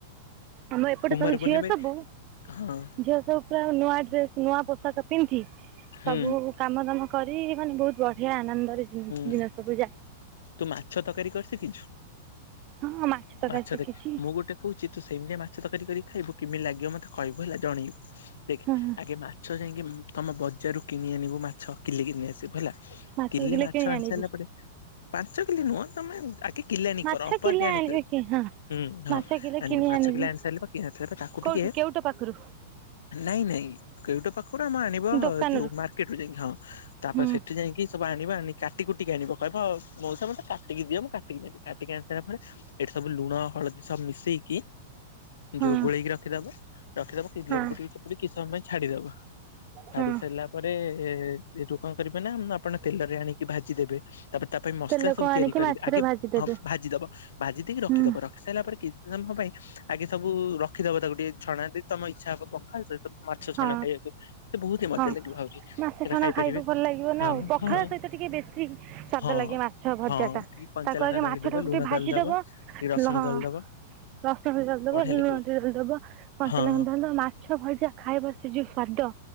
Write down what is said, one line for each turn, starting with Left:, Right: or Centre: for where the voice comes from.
Right: ଆମ ଏପଟେ
Left: କୁମାର
Right: ସବୁ
Left: ପୂର୍ଣ୍ଣିମା
Right: ଝିଅ ତ ସବୁ
Left: ହଁ
Right: ଝିଅ ସବୁ। ପୁରା ନୂଆ ଡ୍ରେସ୍ ନୂଆ ପୋଷାକ ପିନ୍ଧି
Left: ହୁଁ
Right: ସବୁ କାମ ଦାମ କରି ମାନେ ବହୁତ ବଢିଆ ଆନନ୍ଦରେ
Left: ହୁଁ
Right: ଦିନ ସବୁ ଯାଏ।
Left: ତୁ ମାଛ ତରକାରୀ କରି ଶିଖିଛୁ?
Right: ହଁ ତରକାରୀ
Left: ମାଛ
Right: ଶିଖିଛି
Left: ଦେଖ ମୁଁ ଗୋଟେ କହୁଛି ତୁ ସେମିତିଆ ମାଛ ତରକାରୀ କରି ଖାଇବୁ କେମିତି ଲାଗିବ ମତେ କହିବୁ ହେଲା ଜଣେଇବୁ ଦେଖ
Right: ହଁ
Left: ଆଗେ ମାଛ ଯାଇକି ତମେ ବଜାରରୁ କିଣି ଆଣିବୁ ମାଛ କିଲେ ଘିନି ଆସିବୁ ହେଲା।
Right: ମାଛ
Left: କିଲେ
Right: ରୁ କିଲୋ କିଣି
Left: ଆଣି
Right: ଆଣିବି।
Left: ସାରିଲା ପାଞ୍ଚ କିଲି ନୁହଁ ତମେ ଆଗେ କିଲେ ଆଣୀ
Right: ମାଛ
Left: କର ଅଳପ
Right: କିଲେ
Left: ଆଗ ଆଣ
Right: ଆଣିବି
Left: କରି
Right: କି ହଁ।
Left: ହୁଁ ହଁ
Right: ମାଛ କିଲେ କିଣି
Left: ମାଛ
Right: ଆଣିବି
Left: କିଲେ ଆଣି ସାରିଲେ ପ କି ନଥିଲେ ତାକୁ
Right: କୋଉଠୁ
Left: ଟିକେ
Right: କେଉଟ ପାଖରୁ
Left: ନାଇଁ ନାଇଁ କୋଉଟା ପାଖରୁ ଆମ ଆଣିବ
Right: ଦୋକାନରୁ
Left: ଯୋଉ ମାର୍କେଟ ରୁ ଯାଇକି ହଁ ତାପ
Right: ହୁଁ।
Left: ସେଠି ଯାଇକି। ସବୁ ଆଣିବା ଆଣ କାଟି କୁଟିକି ଆଣିବ କହିବ ମଉସ ମତ କାିକି ମୁଁ କାିକିେବି କାିକି ଆଣି ସାରିଲା ପରେ। ଏଠି ସବୁ ଲୁଣ ହଳଦୀ ସବୁ ମିଶେଇକି।
Right: ହଁ
Left: ଯୋଉ ଗୋଳେଇକି ରଖିଦବ ରଖିଦବ କି
Right: ହଁ
Left: ଲେମ୍ବୁ ଟ ଚିପୁଡି କି ସମୟ ପାଇଁ ଛାଡିଦବ। ଛାଡି
Right: ହଁ
Left: ସରିଲା ପରେ ଏଇଠୁ କଣ କରିବେ ନା ଆପଣ ତେଲ ରେ ଆଣିକି। ଭାଜି ଦେବେ ତାପରେ ତା ପାଇଁ ମସଲା
Right: ତେଲକୁ
Left: ସବୁ
Right: ଆଣିକି
Left: ତିଆରି କରିବେ
Right: ମାଛରେ
Left: ଆଗେ
Right: ଭାଜିଦେବେ।
Left: ହଁ ଭାଜିଦବ। ଭାଜି ଦେଇକି ରଖିଦବ
Right: ହୁଁ
Left: ରଖି ସାରିଲା ପରେ କିଛି ସମୟ ପାଇଁ ଆଗେ ସବୁ ରଖିଦବ ତାକୁ ଟିକେ ଛଣା। ତମ ଇଚ୍ଛା ହବ ପଖାଳ ମାଛ ଛଣା
Right: ହଁ
Left: ଖାଇବାକୁ ସେ ବହୁତ ହି ମଜା
Right: ହଁ
Left: ଲାଗିବ ଆହୁରି ସେଟା
Right: ମାଛ ଛଣା
Left: ଖାଇପାରିବେ
Right: ଖାଇବ ଭଲ ଲାଗିବ ନା
Left: ହଁ
Right: ଆଉ ପଖାଳ
Left: ହଁ
Right: ସହିତ ଟିକେ ବେଶୀ ସ୍ଵାଦ
Left: ହଁ
Right: ଲାଗେ ମାଛ ଭଜା
Left: ହଁ
Right: ଟା
Left: ଟିକେ କଞ୍ଚା
Right: ତାକୁ
Left: ଲଙ୍କା
Right: ଆଗେ
Left: ଦଳିଦବ
Right: ମାଛ ଟାକୁ
Left: ଲୁଣ
Right: ଟିକେ ଭାଜିଦବ
Left: ଦଳିଦବ
Right: ହଁ
Left: ଟିକେ ରସୁଣ ଦଳିଦବ
Right: ରସୁଣ ଦ
Left: ବଢିଆ
Right: ଲୁଣ
Left: ଲାଗିବ
Right: ଟିକ୍‌ ଦବ କଞ୍ଚା
Left: ହଁ
Right: ଲଙ୍କା ଦବ ମାଛ ଭଜା ଖାଇବା ସେ ଯୋଉ ସ୍ଵାଦ